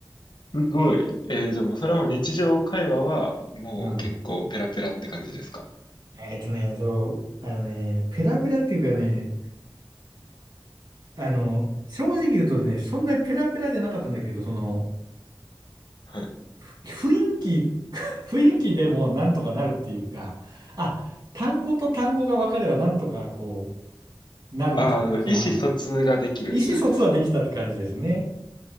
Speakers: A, on the left; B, on the right.
A: すごい。えーじゃあもうそれはもう日常会話はもう結構ペラペラって感じですか
B: うん。えっとね、そう、あのね、ペラペラっていうかね、あの、正直言うとね、そんなにペラペラじゃなかったんだけど、その、
A: はい。
B: ふ雰囲気、<laughs> 雰囲気でもなんとかなるっていうか、あ、単語と単語が分かればなんとかこなるとか、
A: あー、あの意思疎通ができるって感じですか
B: 意思疎通はできたって感じですね。